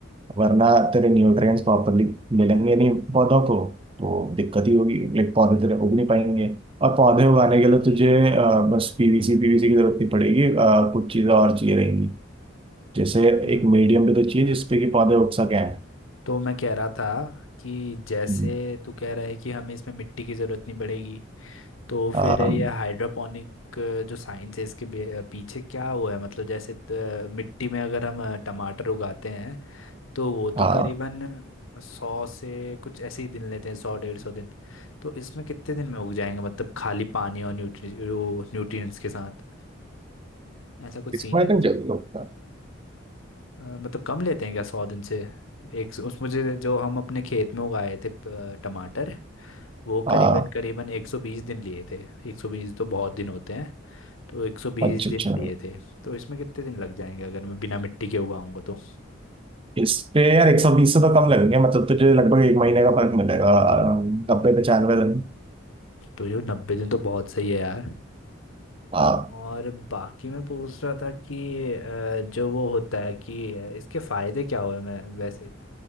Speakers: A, on the right (about 25°); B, on the left (about 80°).
A: वरना तेरे न्यूट्रिएंट्स प्रॉपरली मिलेंगे नहीं पौधों को तो दिक्कत ही होगी लाइक पौधे तेरे उग नहीं पाएंगे और पौधे उगाने के लिए तुझे अ, बस पीवीसी पीवीसी की जरूरत नहीं पड़ेगी अ, कुछ चीज़ें और चाहिए रहेंगी जैसे
B: Yeah.
A: एक मीडियम भी तो चाहिए जिसपे कि पौधे उग सकें
B: तो मैं कह रहा था कि जैसे
A: हम्म।
B: तू कह रहा है कि हमें इसमें मिट्टी की ज़रूरत नहीं पड़ेगी तो
A: um,
B: फिर ये हाइड्रोपोनिक जो साइंस है इसके बे- अ, पीछे क्या हुआ है मतलब जैसे त- मिट्टी में अगर हम अ, टमाटर उगाते हैं तो वो तो
A: uh,
B: करीबन सौ से कुछ ऐसे ही दिन लेते हैं सौ डेढ़ सौ दिन तो इसमें कितने दिन में उग जाएंगे मतलब खाली पानी और न्यूट्रि वो न्यूट्रिएंट्स के साथ ऐसा कुछ
A: इसमें
B: सीन है
A: आई थिंक जल्दी होता है
B: अ, मतलब कम लेते हैं क्या सौ दिन से एक सौ- उस मुझे जो हम अपने खेत में उगाए थे प- टमाटर वो
A: आ,
B: करीबन करीबन एक सौ बीस दिन लिए थे एक सौ बीस तो बहुत दिन होते हैं तो 120
A: अच्छा
B: दिन
A: अच्छा
B: दिए थे तो इसमें कितने दिन लग जाएंगे अगर मैं बिना मिट्टी के उगाऊंगा तो
A: इस पे यार एक सौ बीस से तो कम लगेंगे मतलब तुझे लगभग एक महीने का फर्क मिलेगा नब्बे पचानवे दिन
B: तो ये 90 दिन तो बहुत सही है यार
A: आ,
B: और बाकी मैं पूछ रहा था कि अ, जो वो होता है कि अ, इसके फायदे क्या हुए मैं वैसे